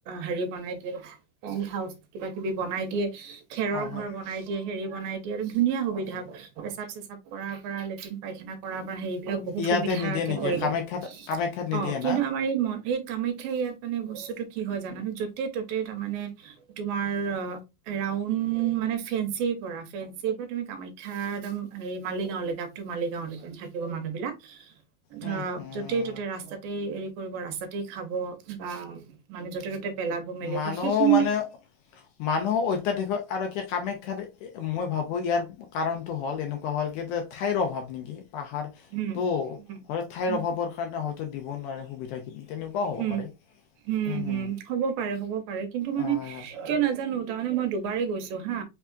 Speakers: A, on the right; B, on the left.
A: হেৰি বনাই দিয়ে। টেণ্ড হাউচ কিবা কিবি বনাই দিয়ে। খেৰৰ
B: হয় হয়।
A: ঘৰ বনাই দিয়ে হেৰি বনাই ধুনীয়া সুবিধা, পেচাব চেচাব কৰাৰ পৰা লেট্ৰিন পাইখানা কৰাৰ পৰা হে বিলাক বহুত
B: ইয়াতে
A: সুবিধাকে
B: নিদিয়ে নেকি
A: কৰি
B: কামাখ্যাত
A: দিয়ে।
B: কামাখ্যাত নিদিয়ে
A: অ' কিন্তু
B: না?
A: আমাৰ এই ম এই কামাখ্যা ইয়াত মানে বস্তুতটো কি হয় জানানো য'তেই ত'তে তাৰমানে তোমাৰ ৰাউণ্ড মানে ফেঞ্চিৰ পৰা ফেঞ্চিৰ পৰা তুমি কামাখ্যা একদম মালিগাঁওলৈকে আপ টু মালিগাঁওলৈকে থাকিব মানুহ বিলাক। ধৰা
B: উম, হুম।
A: য'তেই ত'তেই ৰাস্তাতে এৰি কৰিব ৰাস্তাতে খাব বা মানে য'তে ত'তে পেলাব মেলিব
B: মানুহ
A: সেইখিনি
B: মানে, মানুহ অত্যাধিক আৰু কি কামাখ্যাত মই ভাবোঁ ইয়াৰ কাৰণটো হ'ল এনেকুৱা হ'ল কি ঠাইৰ অভাৱ নেকি। পাহাৰ
A: উম
B: ত'
A: উম
B: ঠাইৰ
A: উম
B: অভাৱৰ কাৰণে হয়। ত দিব নোৱাৰে সুবিধাখিনি। তেনেকুৱাও হ'ব
A: উম
B: পাৰে।
A: হম
B: হুম হুম
A: হম হ'ব। পাৰে হ'ব পাৰে কিন্তু
B: হয়
A: মানে
B: হয়
A: কিয় নাজানো তাৰমানে মই দুবাৰ পাৰি গৈছো হা।